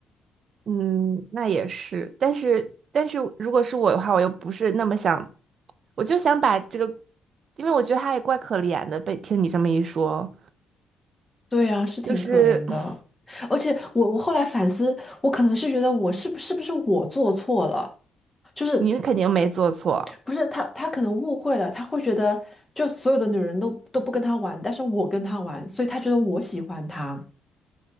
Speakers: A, on the right (about 55°); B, on the left (about 15°).
A: 嗯，那也是，但是但是如果是我的话，我又不是那么想，我就想把这个，因为我觉得他也怪可怜的，被听你这么一说，
B: 对呀，是挺可怜的。
A: 就是 <laughs>
B: 而且我我后来反思，我可能是觉得我是不是不是我做错了，就是
A: 你肯定没做错，
B: 不是他他可能误会了，他会觉得就所有的女人都都不跟他玩，但是我跟他玩，所以他觉得我喜欢他，